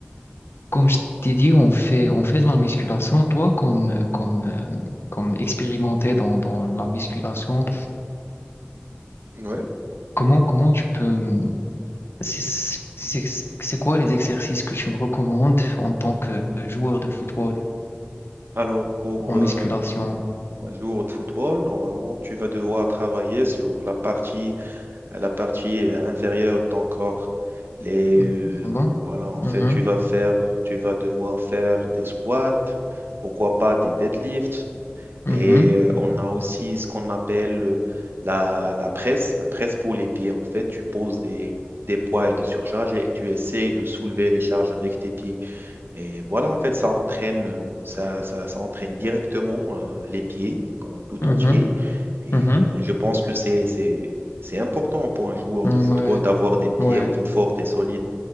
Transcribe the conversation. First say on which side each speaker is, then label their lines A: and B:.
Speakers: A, on the left; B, on the right.
A: Comme je t'ai dit, on fait, on fait de la musculation. Toi, comme, euh, comme, euh, comme expérimenté dans, dans la musculation,
B: Ouais.
A: comment, comment tu peux... hum, C'est c'est- c'est quoi les exercices que tu me recommandes en tant que joueur de football
B: Alors, pour
A: en musculation?
B: euh, un jour de football, normalement, tu vas devoir travailler sur la partie, la partie euh, inférieure de ton corps. Les,
A: Mhm.
B: euh,
A: Ah Bon?
B: voilà, en fait,
A: Mhm.
B: tu vas faire, tu vas devoir faire des squats, pourquoi pas des deadlifts,
A: Mhm.
B: Et euh, on a aussi ce qu'on appelle euh, la, la presse, la presse pour les pieds. En fait, tu poses des, des poids et des surcharges et tu essayes de soulever les charges avec tes pieds. Et voilà, en fait, ça entraîne, euh, ça, ça, ça entraîne directement euh, les pieds en tout
A: Mhm.
B: entier. Et
A: Mhm.
B: je pense que c'est, c'est, c'est important pour un joueur
A: Mhm.
B: de football
A: Ouais,
B: d'avoir des pieds
A: ouais,
B: en fait forts et solides.